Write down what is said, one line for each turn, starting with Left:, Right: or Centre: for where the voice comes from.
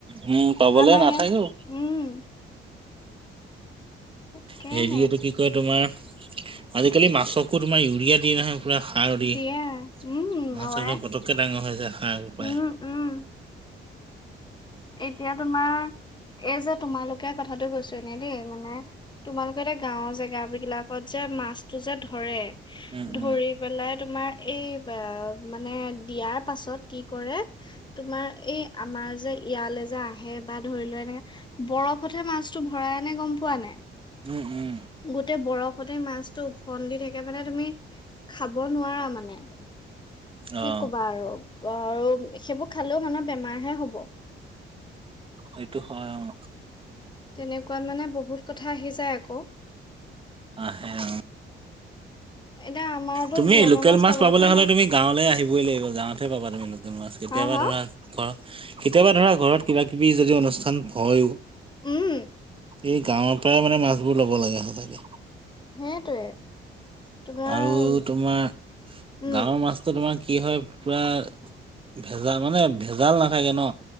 Right: উ'ম। পাবলৈ
Left: আমাৰ
Right: নাথাকো।
Left: ইয়াত উম তাকেহে
Right: হেৰি, এইটো কি কয়? তোমাৰ আজিকালি মাছকো তোমাৰ ইউৰিয়া দিয়ে নহয়। পুৰা সাৰ দি
Left: দিয়ে
Right: মাছ
Left: উম অ
Right: একদম
Left: আই
Right: পটকে ডাঙৰ হৈ যায় সাৰ পাই।
Left: উম উম এতিয়া তোমাৰ এই যে তোমালোকে কথাটো কৈছো এনে দেই মানে। তোমালোকে এতিয়া গাঁওৰ জেগা বিলাকত যে মাছতো যে ধৰে-
Right: উম
Left: ধৰি
Right: উম
Left: পেলাই তোমাৰ এই মানে দিয়াৰ পাছত কি কৰে? তোমাৰ এই আমাৰ যে ইয়ালে যে আহে বা ধৰি লোৱা এনেকে বৰফতহে মাছটো ভৰাই আনে গম পোৱা নাই।
Right: উম উম
Left: গোটেই বৰফ ওপৰতে মাছটো ওফন্দি থাকে মানে, তুমি খাব নোৱাৰা মানে।
Right: অ',
Left: কি ক'বা? আৰু আৰু সেইবোৰ খালেওঁ মানুহে বেমাৰহে হ'ব।
Right: সেটো হয়। অ'।
Left: তেনেকুৱাত মানে বহুত কথা আহি যায়। আকৌ।
Right: আহে। অ'।
Left: এতিয়া আমাৰতো
Right: তুমি
Left: জিয়ণী
Right: লোকেল মাছ
Left: পাবলৈকে
Right: পাবলৈ হ'লে
Left: নাই
Right: তুমি গাঁৱলৈ আহিবই লাগিব। গাঁৱতহে পাবা তুমি মাছ কেতিয়াবা
Left: হা হা
Right: ধৰা ঘৰত, কেতিয়াবা ধৰা ঘৰত কিবা কিবি যদি অনুষ্ঠান হয়য়ো।
Left: উ'ম।
Right: এই গাঁৱৰ পৰাই মানে মাছবোৰ ল'ব লাগে হয়নে।
Left: সেইটোৱে। তোমাৰ
Right: আৰু তোমাৰ
Left: উম
Right: গাঁৱৰ মাছটো তোমাৰ কি হয়? পুৰা ভেজাল মানে ভেজাল নাথাকে ন।